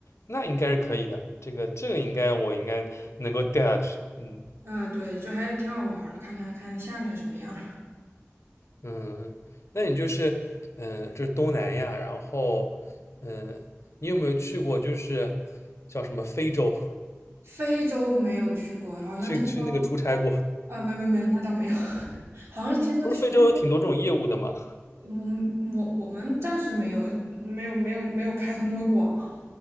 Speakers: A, on the left; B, on the right.
A: 那应该是可以的，这个这个应该我应该能够掉下去，嗯。
B: 嗯，对，就还挺好玩儿的，看看看下面什么样儿
A: 嗯，那你就是嗯，这是东南亚，然后嗯，你有没有去过就是叫什么非洲？
B: 非洲没有去过，好像听说
A: <laughs> 去去那个出差过？
B: 啊，没没没，那倒没有，<laughs> 好像是听说去，
A: 不是非洲有挺多这种业务的吗？
B: 我们我我们暂时没有没有没有没有开拓那么广。